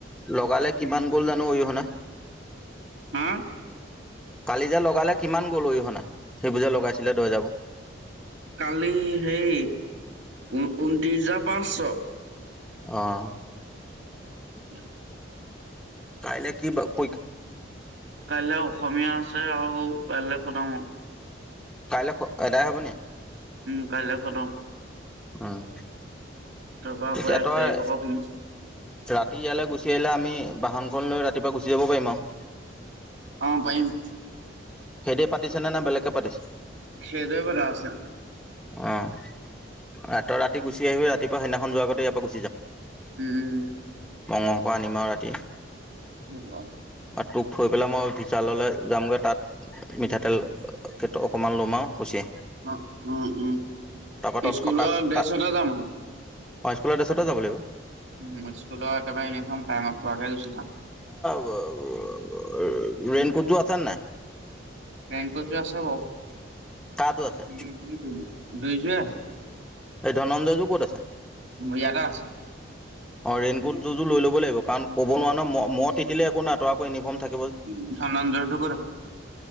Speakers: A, in the centre; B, on the right.
A: লগালে, কিমান গ'ল জানো অৰিহনা?
B: হম?
A: কালি যে লগালে কিমান গ'ল অৰিহনা? সেইবোৰ যে লগাইছিলে দৰ্জাবোৰ।
B: কালি হেই উ-ঊনত্ৰিশ হাজাৰ পাঁচশ।
A: অ'।
B: <unintelligible>
A: কাইলে কি বাও প
B: কাইলৈ অসমীয়া আছে, আৰু কাইলৈ খতম
A: কাইলৈ খ-এটায়ে হ'ব নি?
B: উম, কাইলৈ খতম।
A: উম।
B: তাৰপা আকৌ
A: তেতিয়া
B: এক
A: তই
B: তাৰিখৰ পৰা পুনৰ
A: ৰাতি ইয়ালৈ গুচি আহিলে আমি বাহনখন লৈ ৰাত তিপুৱা গুচি যাব পাৰিম আৰু।
B: অ', পাৰিম।
A: সেহেতি পাতিছেনে না বেলেকে পাতিছে?
B: সেইটোৱে কথা আছে।
A: অ'। ৰাত-ৰাতি গুচি আহিবি, ৰাতিপুৱ সেইদিনাখন যোৱা আগতে ইয়াপা গু
B: উম, উম।
A: মংহ অকন আনিম আৰু ৰাতি।
B: হ'ব।
A: তোক থৈ পেলাই মই বিশাললৈ যাম গৈ। তাত মিঠাতেল অ-অকনমান লম। আৰু গুচি আহিম।
B: অ', উম, উম।
A: তাৰপৰা তই
B: স্কুলৰ
A: থকা
B: ড্ৰেছতে
A: তাত
B: যাম আকৌ।
A: অ', স্কুলৰ ড্ৰেছতে যাব লাগিব।
B: উম, স্কুলৰ একেবাৰে ইউনিফৰ্ম টাইমত পোৱাকে গুছি যাম।
A: <unintelligible> ৰেনকোটযোৰ আছেনে নাই?
B: ৰেইনকোট আছে বাও।
A: তাৰযোৰ আছে।
B: <unintelligible> দুইযোৱে আছে।
A: এই ধনঞ্জয়যোৰ ক'ত আছে?
B: মোৰ ইয়াতে আছে।
A: অ' ৰেইনকোট দুইযোৰ লৈ ল'ব লাগিব। কাৰন ক'ব নোৱাৰ ন, ম-মই তিতিলে একো নাই। তই আকৌ ইউনিফৰ্ম থাক
B: উম, ধনঞ্জয়টো ক'ত আছে?